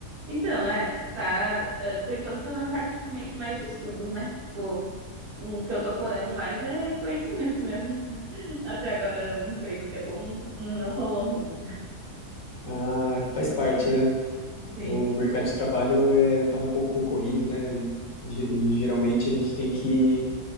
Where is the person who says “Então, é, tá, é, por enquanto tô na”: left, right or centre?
Right